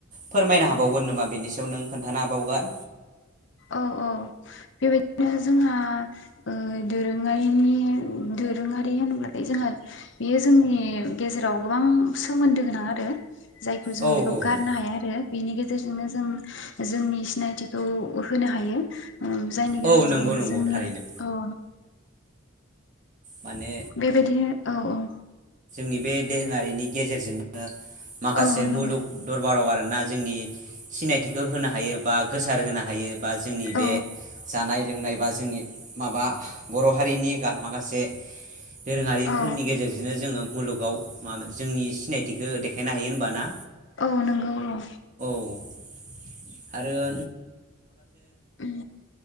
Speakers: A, on the right; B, on the left.
A: फोरमायनो हाबावगोन नोमा बिनि सायाव नों खोन्थानो हाबावगोन?
B: औ औ बेबायदिनो जोंहा ओ- दोरोंङारिनि उम दोरोङारि होनोब्लाथाय जोंहा बेयो जोंनि गेजेराव गोबां सोमोन्दो गोनां आरो। जायखौ जों
A: औ
B: बेखौ
A: औ
B: गारनो
A: औ
B: हाया आरो बेनि गेज जेरथोंनो जों जोंनि सिनायथिखौ। अ होनो हायो। उम जायनि
A: औ
B: गेजेरजों
A: नंगौ नंगौ
B: जोंनि
A: थारैनो
B: अ।
A: माने
B: बेबायदिनो। औ औ।
A: नि बे दोहोङारिनि। गेजेरजोंनो माखासे
B: औ नंगौ
A: मुलुग दरबाराव आरोना जोंनि सिनायथिखौ होनो हायो। बा गोसार होनो हायो। बा जोंनि बे
B: औ
A: जानाय लोंनाय बा जोंनि माबा बर' हारिनि। गाम- माखासे दोरोङारिफोरनि
B: औ
A: गेजेरजोंनो। जोङो मुलुगाव माब जोंनि सिनायथिखो देखायनो हायो होमबा ना?
B: औ नोंगौ औ।
A: आरो।
B: उम।